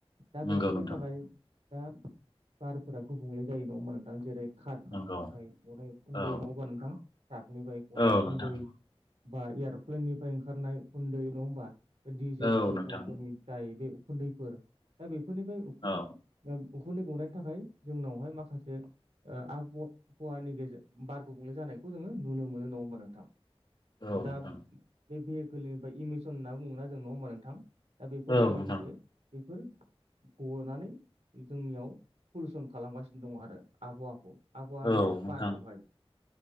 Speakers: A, on the right; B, on the left.
A: दा
B: नंगौ
A: बेफोरनि
B: नोंथां
A: थाखाय दा बारफोरा गुबुंले जायो नङा होमबा नोंथां जेरै कारनिफ्राय
B: नंगौ
A: गनाय उखुन्दै
B: औ
A: नङाबा नोंथां ट्राकनिफ्राय गनाय
B: औ
A: उखुन्दै,
B: नोंथां
A: बा एयर'प्लेननिफ्राय ओंखारनाय उखुन्दै नङा होमबा डिजेल
B: औ
A: पेट्रलफोरनिफ्राय
B: नोंथां
A: बे उखुन्दैफोर दा बेफोरनिफ्राय उखुन्द
B: औ
A: उखुन्दै गनायनि थाखाय जोंनावहाय माखासे ओं आबहावा-हावानि गेजेर बार गुबुंले जानायखौ जोङो नुनो मोनो नङा होमबा नोंथां।
B: औ
A: दा
B: नोंथां
A: बे भेहिकोलनिफ्राय इमिसन होनना बुङोबा जों नङा होमबा नोंथां? दा बेफोरनिबो
B: औ नोंथां
A: माखासे बेफोर गनानै जोंनियाव पलुसन खालामगासिनो दं आरो आबहावाखौ। आबहावानि
B: औ नोंथां
A: बारखौहाय।